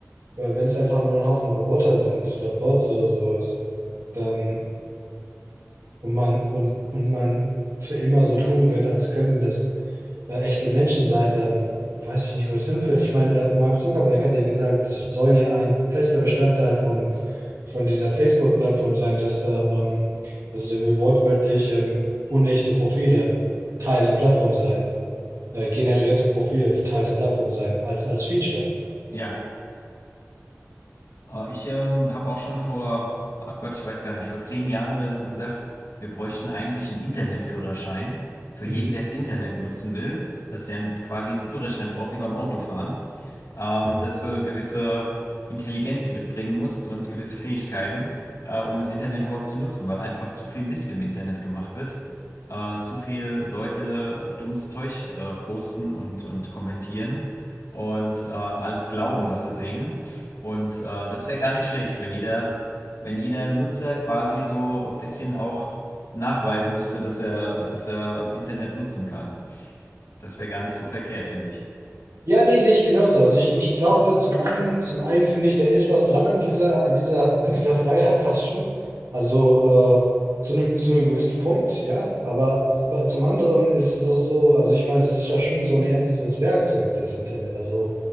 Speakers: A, on the right (about 85°); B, on the left (about 80°).
A: weil wenn es einfach nur ein Haufen Roboter sind oder Bots oder sowas, dann und man und, und man für immer so tun wird, als könnten das äh, echte Menschen sein, dann weiß ich nicht, wo das hinführt. Ich meine, äh, Mark Zuckerberg hat ja gesagt, das soll ja ein fester Bestandteil von, von dieser Facebook-Plattform sein, dass da, ähm, also der will wortwörtlich ähm, unechte Profile Teil der Plattform sein, äh, generierte Profile Teil der Plattform sein, als, als Feature.
B: Ja. Äh, Ich ähm, habe auch schon vor, ach Gott, ich weiß gar nicht, vor zehn Jahren oder so gesagt, wir bräuchten eigentlich einen Internetführerschein für
A: Mhm.
B: jeden, der das Internet nutzen will, dass der einen- quasi einen Führerschein braucht wie beim Autofahren, ähm,
A: Mhm.
B: dass du gewisse Intelligenz mitbringen musst und gewisse Fähigkeiten, äh, um das Internet überhaupt zu nutzen, weil einfach zu viel Mist im Internet gemacht wird, äh, zu viel Leute dummes Zeug äh, posten und, und kommentieren und äh, alles glauben, was sie sehen. Und äh, das wäre gar nicht schlecht, wenn jeder, wenn jeder Nutzer quasi so ein bisschen auch nachweisen müsste, dass er, dass er das Internet nutzen kann. Das wäre gar nicht so verkehrt, finde ich.
A: Ja, nee, sehe ich genauso. Also ich, ich glaube, zum einen, zum einen finde ich, da ist was dran an dieser, an dieser, <laughs> an dieser Freiheit fast schon. Also äh, zu einem, zu einem gewissen Punkt, ja. Aber bei- zum anderen ist es auch so, also ich meine, es ist ja schon so ein ernstes Werkzeug, das Internet. Also